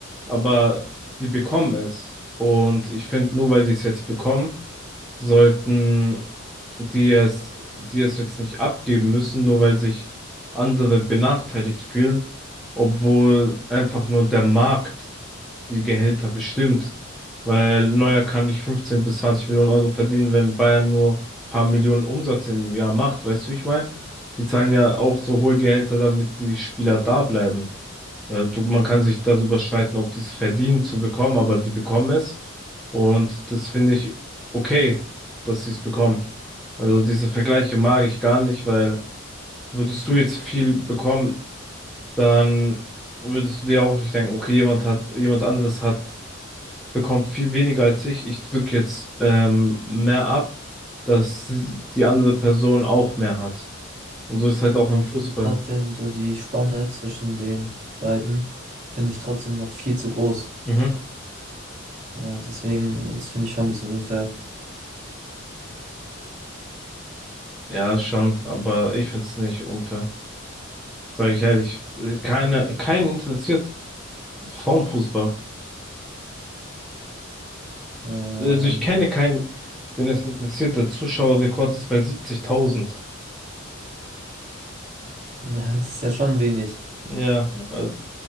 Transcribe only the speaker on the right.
Aber
ich finde trotzdem so die Spanne zwischen den beiden finde ich trotzdem noch viel zu groß.
Ja, deswegen, das finde ich schon ein bisschen unfair.
Ähm,
<laughs> ja, das ist ja schon wenig.